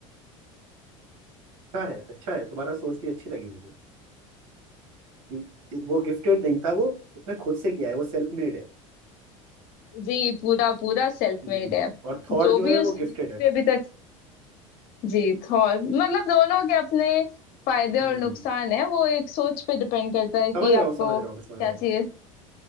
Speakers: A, on the right; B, on the left.
A: अच्छा है अच्छा है तुम्हारा सोच भी अच्छी लगी मुझे कि वो गिफ्टेड नहीं था वो उसने खुद से किया है वो सेल्फ मेड है
B: जी पूरा पूरा सेल्फ
A: हम्म,
B: मेड है
A: और थॉट
B: जो
A: जो
B: भी
A: है
B: उसके
A: वो गिफ्टेड
B: जितने
A: है
B: अभी तक जी थॉर मतलब दोनों के अपने फायदे
A: हम्म,
B: और नुकसान है वो एक सोच पे डिपेंड करता है कि
A: समझ रहा
B: आपको
A: हूँ समझ रहा
B: क्या
A: हूँ समझ रहा हूँ
B: चाहिए